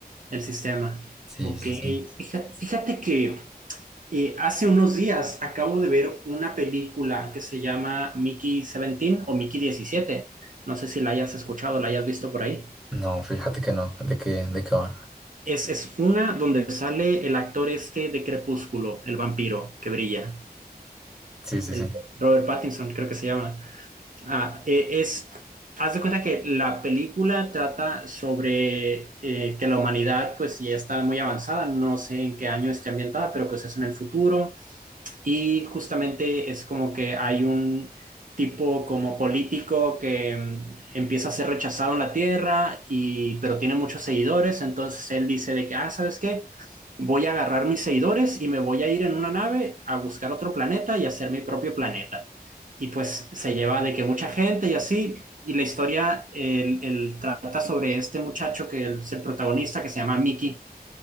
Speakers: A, on the right; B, in the centre.
A: El sistema.
B: Sí,
A: Ok.
B: sí, sí.
A: Fija- Fíjate, que eh, hace unos días acabo de ver una película que se llama Mickey 17 o Mickey Diecisiete. No sé si la hayas escuchado, la hayas visto por ahí.
B: No, fíjate que no, ¿de qué, de qué va?
A: Es, es una donde sale el actor este de Crepúsculo, el vampiro que brilla.
B: Sí, sí,
A: El
B: sí.
A: Robert Pattinson, creo que se llama. Ah, eh, es, haz de cuenta que la película trata sobre eh, que la humanidad pues ya está muy avanzada, no sé en qué año esté ambientada, pero pues es en el futuro y justamente es como que hay un tipo como político que mm, empieza a ser rechazado en la Tierra y pero tiene muchos seguidores, entonces él dice de que, ah, ¿sabes qué? Voy a agarrar mis seguidores y me voy a ir en una nave a buscar otro planeta y hacer mi propio planeta y pues se lleva de que mucha gente y así, y la historia el, el trata sobre este muchacho que es el protagonista que se llama Mickey,